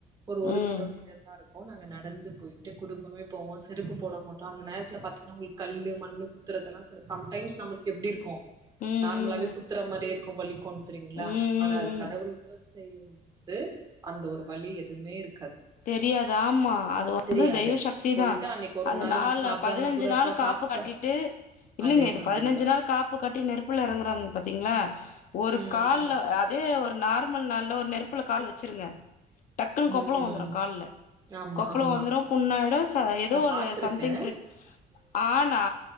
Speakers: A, on the right; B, on the left.
A: ஒரு ஒரு
B: ம் ம்
A: கிலோ மீட்டர் தா இருக்கு நாங்க நடந்து போயிட்டு குடும்பமே போவோ செருப்பு போட மாட்டோ அந்த நேரத் துல பாத்தீங்கனா உங்களுக்கு கல்லு மண்ணு குத் திறதெல்லா சில சம்டைம்ஸ் நம்ளுக்கு எப்டி இருக்கு
B: ம் ம்
A: நார்மலாவே குத்துற மாரி இருக்கு வலி கு தெரிங்கள
B: ம்
A: ஆனா அது
B: ம்
A: கடவுளுக்கு
B: ம்
A: செய்யும்போது அந்த ஒரு வலி எதுவுமே இருக்காது
B: தெரியாது ஆமா அது வந்து
A: தெரியாது
B: தெய்வ சக்திதா
A: போயிட்டு அன்னைக்கு ஒரு
B: அது
A: நாள்
B: நாலு
A: நம்ம சாப்டாம
B: பதினஞ்சு
A: கூட
B: நாள்
A: இருப்போ
B: காப்பு
A: சாப்ட்டோ
B: கட்டி ட்டு இல்லீங்க
A: அதேதா
B: இது பதினைஞ்சு
A: அதேதா
B: நாள் காப்பு கட்டி நெருப் புல எறங்குறாங்க பாத்தீங்களா ஒரு
A: ம்
B: கால்ல அதே ஒரு நார் மல் நாள்ல ஒரு நெருப்புல கால் வச்சிருங்க டக்குன்னு
A: ம்
B: கொப்பளோ
A: ம்
B: வந்துரு கால்ல
A: ஆமா
B: கொப்பள
A: ஆமா
B: வந்துரும் புண்ணாயிடு ச ஏதோ
A: நா
B: ஒரு
A: பாத்திருக்கே
B: சம்திங் கிர் ஆனா